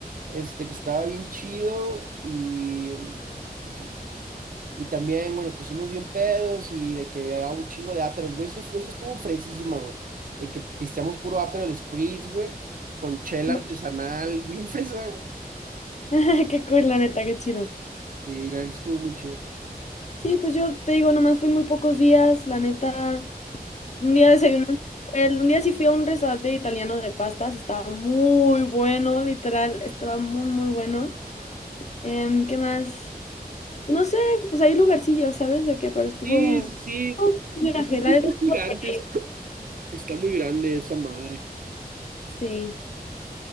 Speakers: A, on the right; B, on the left.
A: este, que estaba bien chido, y, ¿qué? Y también, bueno, nos pusimos bien pedos y de que haga un chingo de Aperol, güey. Eso fue, eso estuvo fresísima, güey. De que pisteamos puro ápero, el Spritz, güey, con chela
B: va.
A: artesanal, <laughs> bien fresa, güey.
B: <laughs> Qué cool, la neta, qué chido.
A: Sí, la neta estuvo muy chido.
B: Sí, pues yo te digo, nomás fui muy pocos días, la neta. Un día desayuné, en un hotel, un día sí fui a un restaurante italiano de pastas, estaba muy bueno, literal, estaba muy, muy bueno. Em, ¿qué más? No sé, pues hay lugarcillos, ¿sabes de qué? Pero estuvo
A: Sí, sí, sí.
B: estuvo un viaje,
A: Pues es
B: la
A: que está
B: neta estuvo
A: gigante.
B: padre.
A: es- Está muy grande esa madre.
B: Sí,